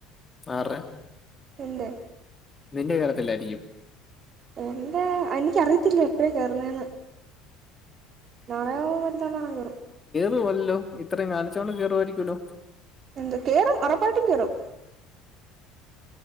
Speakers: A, on the left; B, on the right.
A: ആർറെ
B: എൻ്റെ
A: നിന്റെ കഴപ്പില്ലായിരിക്കും
B: എന്താ എനിക്കറിയത്തില്ല എപ്പഴ കേറുന്നേ എന്ന് നാളെയോ മ റ്റന്നാണെകേറും
A: റുവല്ലോ ഇത്രയും കാണിച്ചോണ്ട് കേറുവായിരിക്കൂല്ലോ
B: എന്ത് കേറും ഉറപ്പായിട്ടും കേറും